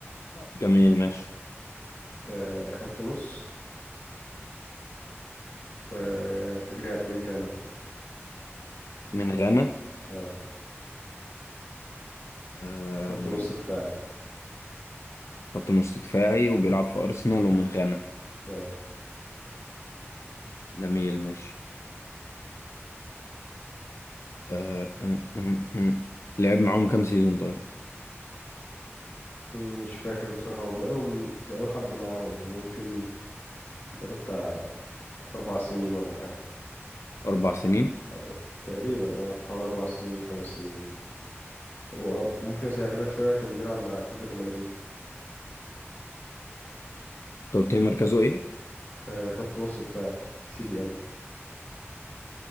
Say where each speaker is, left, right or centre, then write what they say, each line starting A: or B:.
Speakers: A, on the left; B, on the left.
A: جميل ماشي
B: آه خط نص آه جا- من جانا
A: من غانا
B: اه
A: أم،
B: خط نص دفاعي
A: خط نص دفاعي وبيلعب في أرسنال ومن غانا
B: اه
A: جميل ماشي أه، أم، أم، أم. لعب معاهم كام سيزون طيب
B: م- مش فاكر بصراحة هو بقالهم بقاله حبة معاهم يعني ممكن بقاله بتاع أربع سنين ولا حاجة
A: أربع سنين
B: أو تقريبا اه حوالي أربع سنين خمس سنين هو ممكن أسهلها لك شوية كان بيلعب مع أتلتيكو مدريد
A: أنت قلت لي مركزه إيه؟
B: آه خط نص دفاعي سي دي ام